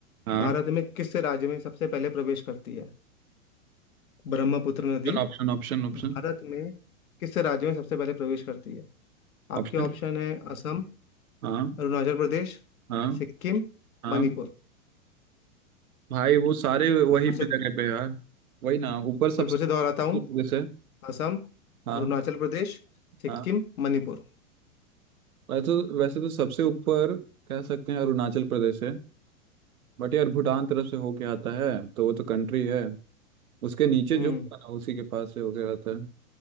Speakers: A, on the right; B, on the left.
A: हाँ
B: भारत में किस राज्य में सबसे पहले प्रवेश करती है ब्रह्मपुत्र नदी
A: Option option option
B: भारत में किस राज्य में सबसे पहले प्रवेश करती है
A: ऑप्शन
B: आपके ऑप्शन है असम
A: हाँ
B: अरुणाचल प्रदेश
A: हाँ
B: सिक्किम
A: हाँ
B: मणिपुर
A: भाई वो सारे वही
B: मैं फिर से
A: पे जगह पे यार वही ना ऊपर सबसे
B: मैं फिर से दोहराता हूँ
A: जैसे
B: असम
A: हाँ
B: अरुणाचल प्रदेश सिक्किम
A: हाँ
B: मणिपुर
A: वैसे तो वैसे तो सबसे ऊपर कह सकते हैं अरुणाचल प्रदेश है बट यार भूटान तरफ से होके आता है तो वो तो कंट्री है उसके नीचे
B: हम्म
A: जो होता है ना उसी के पास से होके आता है